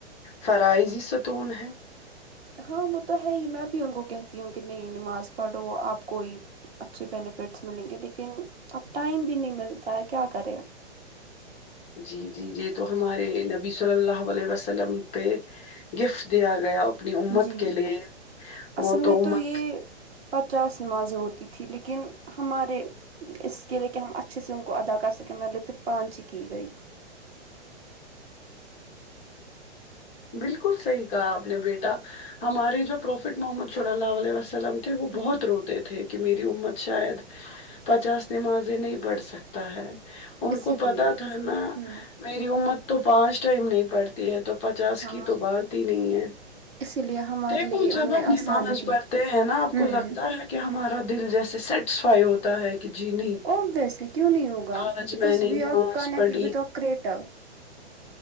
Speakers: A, on the left (about 20°); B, on the right (about 60°).
A: فرائضی ستون ہے
B: ہاں وہ تو ہے ہی میں بھی ان کو کہتی ہوں کی نہیں نماز پڑھو آپ کوئی اچھے بینیفٹس ملیں گے لیکن اب ٹائم بھی نہیں ملتا ہے کیا کرے گا
A: جی جی جی یے تو ہمارے نبی صلی اللہ علیہ وسلم پے گفٹ دیا گیا اپنی امت
B: جی
A: کے لیے وہ
B: اصل
A: تو
B: میں
A: امت
B: یہ پچاس نمازیں ہوتی تھی لیکن ہمارے اس کے لیے کی ہم اچھے سے ان کو ادا کر سکیں مطلب کے پھر پانچ ہی کی گئی
A: بالکل صحیح کہا آپ نے بیٹا ہمارے جو پروفٹ محمد صلی اللہ علیہ وسلم تھے وہ بہت
B: جی
A: روتے تھے کہ میری امت شاید پچاس نمازے نہیں پڑھ سکتا ہے ان
B: اسی
A: کو
B: لیے
A: پتا تھا نا
B: ہوں
A: میری امت تو پانچ ٹائم نہیں پڑتی ہے تو پچاس
B: ہاں
A: کی تو بات ہی نہیں ہے
B: اسی لیے ہمارے
A: دیکھو
B: لیے
A: جب
B: ان نے
A: ہم
B: آسانی
A: نماج
B: کی
A: پڑھتے ہیں نا آپ
B: ہوں
A: کو لگتا ہے کہ ہمارا دل جیسے سیٹسفائی ہوتا ہے کہ جی نہیں
B: ابویسلی کیوں نہیں ہوگا
A: آج
B: بکاز
A: میں نے
B: وی
A: نماز
B: آر کنیکٹیڈ
A: پڑھی
B: وت آ کریٹر